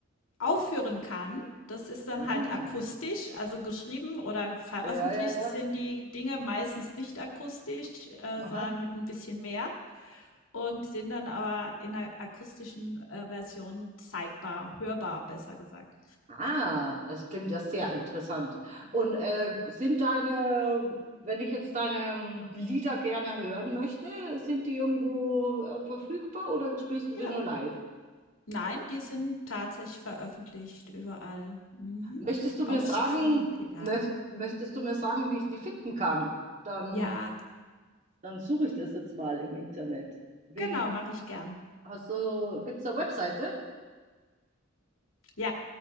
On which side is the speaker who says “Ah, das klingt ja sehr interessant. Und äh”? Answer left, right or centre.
Right